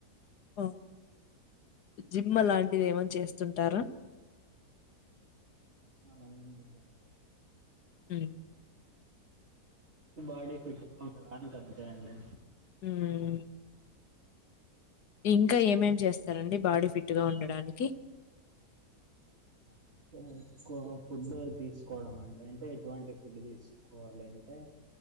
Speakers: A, on the left; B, on the right.
A: ఆ జిమ్ అలాంటిది ఏమన్న చేస్తుంటారా?
B: అలా ఏం లేదండి
A: మ్ఁ
B: బాడీ ఫిట్ గా ఉండడానికి అంతే అండి
A: మ్మూఁ ఇంక ఏమేం చేస్తరండి బాడీ ఫిట్ గా ఉండడానికి?
B: <unintelligible> ఫుడ్డే తీసుకోవడం అండి అంటే ఎటువంటి ఫుడ్ తీస్ కోవాలి అంటే